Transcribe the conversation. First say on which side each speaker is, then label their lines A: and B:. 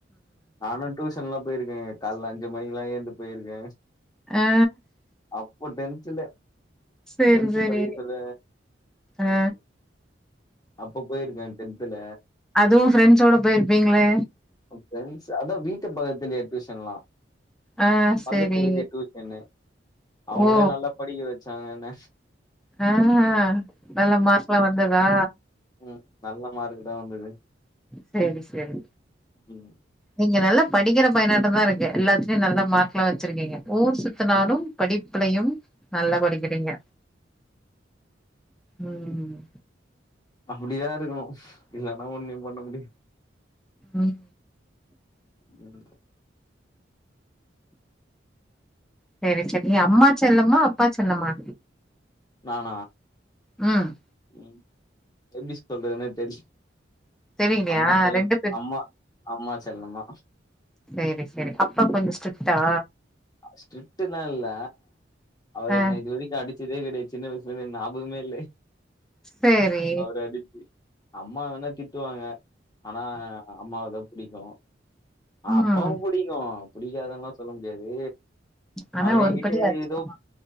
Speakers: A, on the left; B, in the centre.
A: நானு டியூஷன்லா போயிருக்கேங்க கால்ல அஞ்சு மணிக்குலா எந்து போயிருக்க
B: ஆ
A: அப்போ டென்த்ல
B: சேரி
A: டென்த்து
B: சேரி
A: படிக்ககுள்ள
B: ஆ
A: ம் அப்ப போயிருக்க டென்த்துல
B: அதுவு ஃப்ரெண்ட்ஸோட போயிருப்பீங்ளே
A: ம் ஃப்ரெண்ட்ஸ் அதா வீட்டு பக்கத்துலே ட்யூஷன்லா
B: ஆ
A: பக்கத்து
B: சேரி
A: வீடே டியூசனு அவுங்களே
B: ஓ
A: நல்லா படிக்க வச்சாங்க என்ன
B: ஆ நல்லா மார்க்லா வந்ததா
A: ம் நல்ல மார்க் தா வந்தது
B: செரி செரி
A: ம்
B: நீங்க நல்லா படிக்கிற பயனாட்டந்தா இருக்கு எல்லாத்துலயு நல்லா மார்க்லா வச்சிருக்கீங்க ஊர் சுத்துனாலு படிப்லையு நல்லா படிக்கிறீங்க ம்
A: அப்பிடிதா இருக்கணு இல்லனா ஒன்னும் பண்ண முடியு
B: ம்
A: ம்
B: செரி செரி நீ அம்மா செல்லமா அப்பா செல்லமா
A: நானா
B: ம்
A: ம் எப்டி சொல்றதுனே தெரி
B: தெரியலையா
A: அம்மா செல்ல
B: ரெண்டு பேர்
A: அம்மா அம்மா செல்லந்தா
B: சேரி சேரி அப்பா கொஞ்சோ ஸ்ட்ரிட்டா
A: அ ஸ்ட்ரிட்டுலா இல்ல அவர்
B: ஆ
A: என்ன இது வரைக்கு அடிச் சதே கெடையா சின்ன வயசுலருந்தே எந் நியாபகமே இல்லே
B: சேரி
A: அவரு அடிச்சி அம்மா வேணா திட்டுவாங்க ஆனா அம்மாவதா பிடிக்கு ஆ
B: ம்
A: அப்பாவு புடிக்கு புடிக்காதுன்லா சொல்ல முடியாது
B: ஆனா
A: அவரு
B: ஒரு
A: எங்கிட்ட
B: படி அதிகமா
A: எதோப்